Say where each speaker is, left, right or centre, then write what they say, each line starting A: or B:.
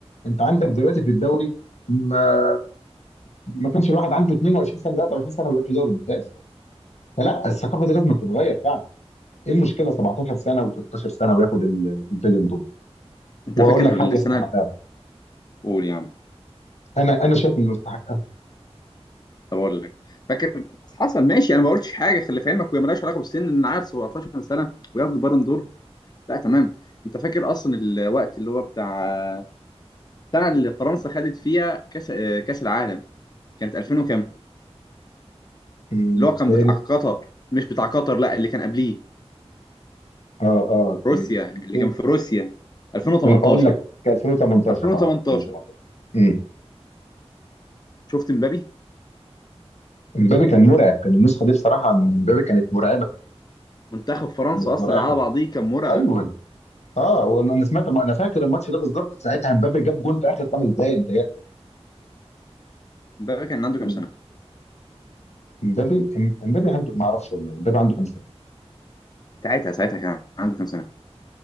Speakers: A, on the left; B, on the left.
A: انت عندك دلوقتي في الدوري ما ما كانش الواحد عنده 22 سنه 23 سنه ما بيلعبش دوري ممتاز فلا الثقافه دي لازم تتغير ايه المشكله 17 سنه و16 سنه وياخد ال- البالون دور
B: انت
A: واقول
B: فاكر
A: لك حاجه
B: السنه
A: يستحقها
B: الاولى يعني
A: انا انا شايف انه يستحقها
B: طب اقول لك فاكر حصل ماشي انا ما قلتش حاجه خلي في علمك وهي مالهاش علاقه بالسن ان عيل 17 سنه وياخد البالون دور لا تمام انت فاكر اصلا الوقت اللي هو بتاع السنه اللي فرنسا خدت فيها كاس آه، كاس العالم كانت 2000 وكام
A: أمم،
B: اللي هو كان
A: كانت
B: بتاع قطر مش بتاع قطر لا اللي كان قبليه
A: اه اه كانت
B: روسيا
A: 2000
B: اللي كان في روسيا 2018
A: اقول لك كان 2018
B: 2018
A: اه 2018 امم
B: شفت مبابي
A: امبابي كان مرعب كان النسخه دي بصراحه من امبابي كانت مرعبه
B: منتخب فرنسا
A: كانت
B: اصلا
A: مرعبه
B: على بعضيه كان مرعب
A: ايوه اه وانا أنا سمعت انا فاكر الماتش ده بالظبط ساعتها امبابي جاب جون في اخر خمس دقائق متهيألي
B: مبابي كان عنده
A: كان
B: كام سنه
A: امبابي إم- امبابي عنده ما اعرفش والله امبابي عنده كام سنه
B: ساعتها ساعتها كان عنده كام سنه